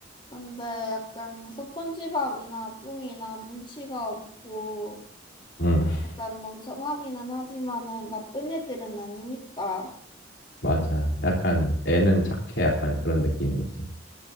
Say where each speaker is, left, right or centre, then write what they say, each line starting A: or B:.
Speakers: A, on the left; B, on the left.
A: 근데 약간 소폰지밥이나 뚱이나 눈치가 없고
B: 음, <laughs>
A: 약간 멍청하기는 하지만은 나쁜 애들은 아니니까.
B: 맞아. 약간 애는 착해. 약간 그런 느낌이지.